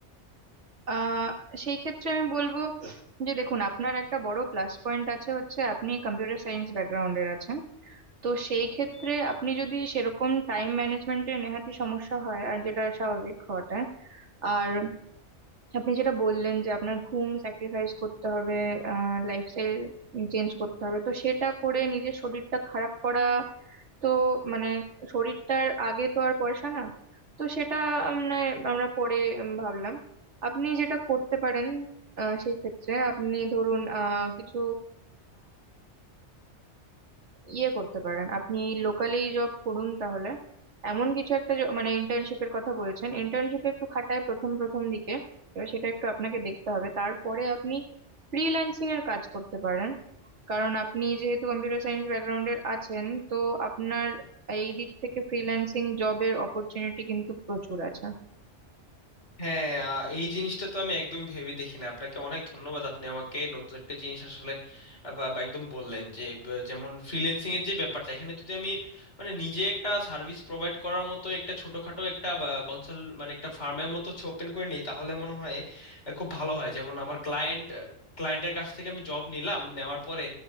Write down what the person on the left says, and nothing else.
হ্যাঁ আহ, এই জিনিসটা তো আমি একদম ভেবে দেখিনি আপনাকে অনেক ধন্যবাদ আপনি আমাকে নতুন একটা জিনিস আসলে আহ, বা বা একদম বললেন যে ব- যেমন ফ্রিল্যান্সিং এর যে ব্যাপারটা এখানে যদি আমি মানে নিজে একটা সার্ভিস প্রোভাইড করার মতো একটা ছোটখাটো একটা কনসাল মানে একটা ফার্মের মতো হচ্ছে ওপেন করে নিই তাহলে মনে হয় আহ, খুব ভালো হয় যেমন আমার ক্লায়েন্ট ক্লায়েন্টের কাছ থেকে আমি জব নিলাম নেওয়ার পরে